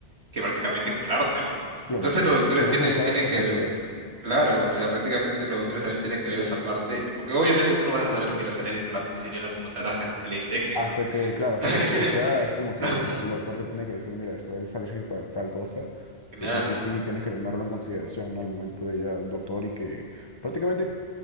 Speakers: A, on the right; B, on the left.
A: que prácticamente curarte, ¿no?
B: claro,
A: Entonces
B: o sea,
A: los doctores
B: tendrás
A: tienen,
B: que buscar
A: tienen
B: alternativas.
A: que ver, claro, o sea, prácticamente los doctores también tienen que ver esa parte, porque obviamente tú no vas a saber que eres alérgico a la penicilina como tal hasta que te la inyecten,
B: Hasta
A: ¿no?
B: que, claro, hasta
A: <laughs>
B: que te suceda, es como que
A: <laughs>
B: el, el doctor te tiene que decir, mira, esto eres alérgico a tal cosa,
A: Claro,
B: y pues que sí tienes que tenerlo en consideración, ¿no? Al momento de ir al doctor y que prácticamente